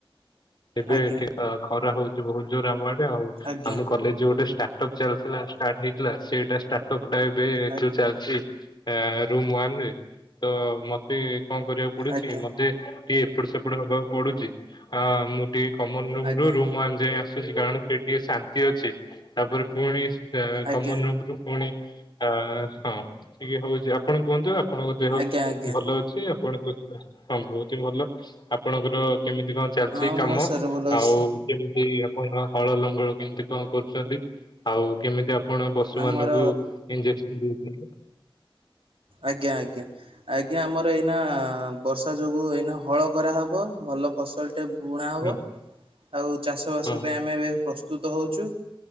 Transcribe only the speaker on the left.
ଏବେ
ଏଠି ଖରା ହଉଛି ବହୁତ ଜୋର ଆମ ଆଡେ ଆଉ
ଆମ କଲେଜ ଗୋଟେ ଷ୍ଟା ଷ୍ଟାର୍ଟଅପ ଚାଲିଥିଲା ହେଇଥିଲା ସେଇଟା ଷ୍ଟାଟପ୍ ଟା ଏବେ
ଯୋଉ ଚାଲିଛି। ରୁମ୍ ୱାନରେ ତ ମତେ କଣ କରିବାକୁ ପଡୁଛି
ମତେ ଟିକିଏ ଏପଟ ସେପଡ ହବାକୁ ପଡୁଚି। ଆ ମୁଁ ଟିକେ କମନ ରୁମ୍
ରୁ ରୁମ୍ ୱାନ୍ ଯାଏ ଆ କାରଣ ସେଇଠି ଟିକେ ଶାନ୍ତି ଅଛି। ତାପରେ ପୁଣି
କମନ ରୁମ୍ ରୁ ପୁଣି ଆ ହଁ ଟିକେ ହଉଚି ଆପଣ କୁହନ୍ତୁ ଆ ଆପଣଙ୍କ ଦେହ
ଭଲ ଅଛି ଆପଣ ହଁ ବହୁତ୍ ହିଁ ଭଲ। ଆପଣଙ୍କର କେମିତି କଣ ଚାଲିଚି
କାମ?
ଆଉ କେମିତି ଆପଣଙ୍କ ହଳ ଲଙ୍ଗଳ କେମିତି କଣ କରୁଚନ୍ତି ଆଉ କେମିତି ଆ କଣ ପଶୁ
ମାନଙ୍କୁ ଇଞ୍ଜେକ୍ସନ ଦଉଚନ୍ତି?
ହଁ
ହଁ